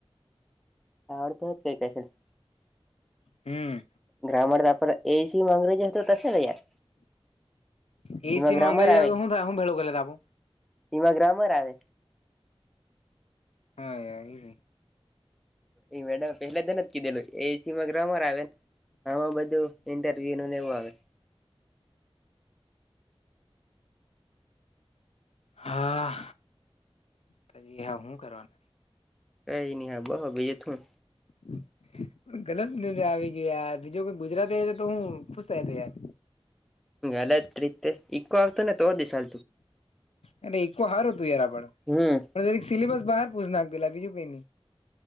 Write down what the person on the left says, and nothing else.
હમ્મ.
એ
સીમાં
અંગ્રેજી હું થાય હું ભળું કર લેતે આપણું?
હા યાર ઈ ની
હા, કરીએ હવ હું કરવાના?
હ. પણ ગલત નથી આવી ગ્યો યાર બીજો કોઈ ગુજરાતી હોતે હું, ખુશ થઈ આતે યાર.
એને ઈકો હારું હતું યાર આપડને.
જરીક સિલેબ બાર પૂછી નાખતે લા બીજું કઈ ની.